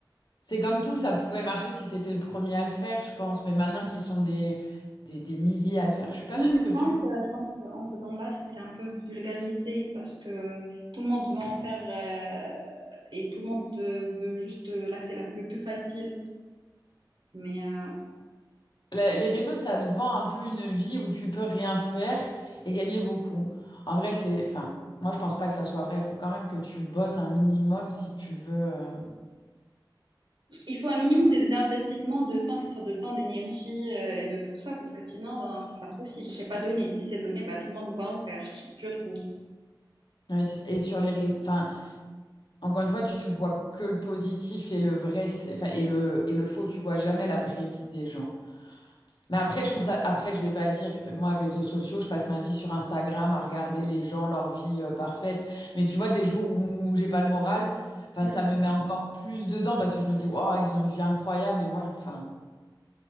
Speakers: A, on the left (about 65°); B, on the right (about 75°).
A: C'est comme tout, ça pouvait marcher si t'étais le premier à le faire, je pense. Mais maintenant qu'ils sont des, des, des milliers à le faire, je suis pas
B: En
A: sûre
B: même
A: que tu...
B: temps, ça- je pense qu'en ce temps-là, ça s'est un peu vulgarisé parce que tout le monde veut en faire euh, et tout le monde euh, veut juste euh, l'accès la- le plus facile. Mais euh,
A: La- Les réseaux, ça te vend un peu une vie où tu peux rien faire et gagner beaucoup. En vrai, c'est, enfin, moi, je pense pas que ça soit vrai. Faut quand même que tu bosses un minimum si tu veux. euh,
B: Il faut un minimum de- d'investissement de temps, que ce soit de temps, d'énergie euh, et de tout ça, parce que sinon, euh, c'est pas possible, c'est pas donné. Si c'est donné, bah, tout le monde va en faire, je trouve.
A: investir. Et sur les réseaux, enfin, encore une fois, tu tu vois que le positif et le vrai, c'est- enfin, et le, et le faux. Tu vois jamais la vraie vie des gens. Mais après, je trouve ça. Après, je vais pas dire, moi, réseaux sociaux, je passe ma vie sur Instagram à regarder les gens, leur vie euh, parfaite. Mais tu vois, des jours où, où j'ai pas le moral, enfin,
B: Ouais.
A: ça me met encore plus dedans parce que je me dis, waouh, ils ont une vie incroyable et moi, je- enfin,